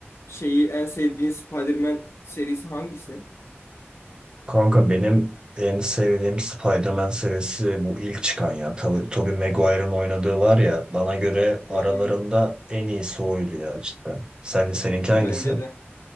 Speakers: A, on the left; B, on the right.
A: şeyi en sevdiğin Spider-Man serisi hangisi?
B: Kanka benim en sevdiğim Spider-Man serisi bu ilk çıkan ya. Tabii Tobey Maguire'ın oynadığı var ya bana göre aralarında
A: Hmm,
B: en iyisi oydu ya cidden. Sen, seninki hangisi?
A: bence de.